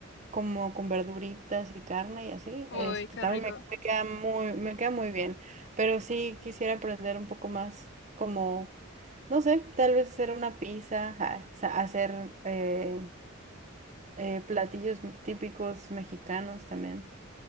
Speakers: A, on the right; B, on the left.
A: como con verduritas y carne y así,
B: Uy,
A: este,
B: qué
A: también
B: rico.
A: me, me queda muy, me queda muy bien, pero sí quisiera aprender un poco más, como, no sé, tal vez hacer una pizza, ja, sa- hacer eh, eh, platillos típicos mexicanos también.